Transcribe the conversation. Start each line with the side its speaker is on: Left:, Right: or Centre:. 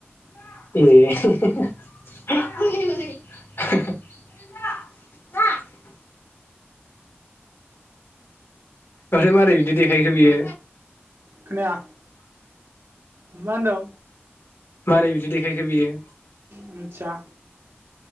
Left: ए <unintelligible> आरो मारै बिद दि देखायखो बियो
Right: खोनाया मा होनदों?
Left: मारै बिदि देखायखो बियो?
Right: मोथिया।